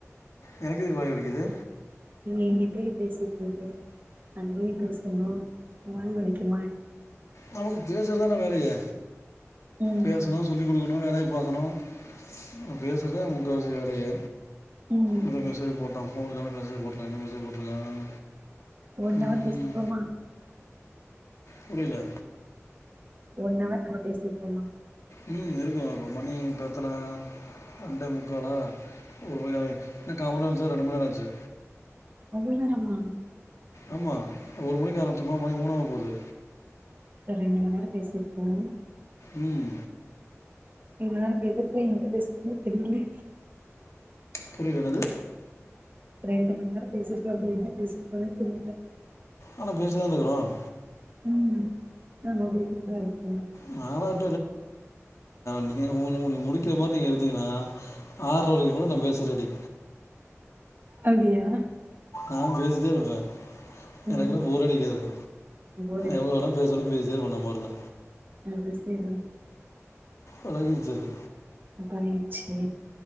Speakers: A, on the left; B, on the right.
A: எனக்கு எதுக்கு வாய் வலிக்குது
B: எங்கிட்டயே பேசிட்டீங்க அங்கையும் பேசணும் வாய் வலிக்குமா என்ன
A: நமக்கு பேசறதானே வேலையே
B: ம்
A: பேசனும் சொல்லி் கொடுக்கணும் வேலையை பார்க்கணும் ந பேசுறத முக்கவசி வேலைய
B: ம்
A: இ மெசேஜ் போட்டம் ஃபோக்கு மெசேஜ் போட்டுறேன் என்ன மெசே் போட்டிருக்கான்
B: ஒன்ன
A: ம்,
B: அவஹவர் பேசுப்போமா
A: புரியல
B: ஒண்ண அவவர் நம்ம பேசி இருப்போமா
A: ம் இருக்கும் இப்போ மணி இப்போ எத்தனை அண்ட முக்காலா ஒரு மணி என்ன காமரம்ந்துச்ச ரெண்டு மணி நேரம் ஆச்சு
B: விரமா
A: ஆமா ஒரு மணக்கு ஆரம்பிச்சோமா மணிக்கு மூணு ஆக போகுது
B: ரெண்டு மணி நேரம் பேசிருக்கோம்
A: உம்
B: இவ்ளவு நான் பேசி இருக்கும் என்ன பேசுறதுன்னு தெரியல
A: புரியல என்னது
B: ரெண்டு மணி நேரம் பேசட்டு அப்படி என்ன பேசிட்டு போனே தெரியல
A: ஆனா பேசிதான் இருக்கறோம்
B: உம் நம வீட்டுக்குான் இருக்க
A: நானா நீ உ உ முடிக்கிற மாதிரி நீங்க இருடுத்தீங்கன்னா ஆற வரைக்கும் கூட நான் பேசுற அடி
B: அப்படியா
A: ஆ பேசிட்டு இருப்பேன் எனக்கும்
B: ம்
A: போஊர் அடிக்காது
B: போர் அடிக்குது
A: எவ்வளவு வேணும் பேசும் பேசினே இருப்ப நானு முரல்ல
B: அது சரி
A: ஒக இருஜது
B: பளிச்சி